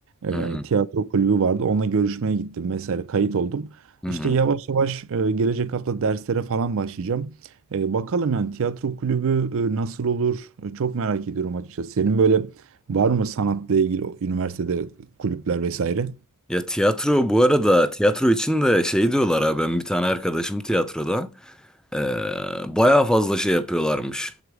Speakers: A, on the right; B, in the centre.
A: E,
B: Hı hı.
A: tiyatro kulübü vardı. Onunla görüşmeye gittim vesaire kayıt oldum.
B: Hı
A: İşte
B: hı.
A: yavaş yavaş e, gelecek hafta derslere falan başlayacağım. E, bakalım yani tiyatro kulübü e, nasıl olur? E, çok merak ediyorum açıkçası. Senin böyle var mı sanatla ilgili o üniversitede kulüpler vesaire?
B: Ya tiyatro bu arada tiyatro için de şey diyorlar ha ben bir tane arkadaşım tiyatroda ee, bayağı fazla şey yapıyorlarmış.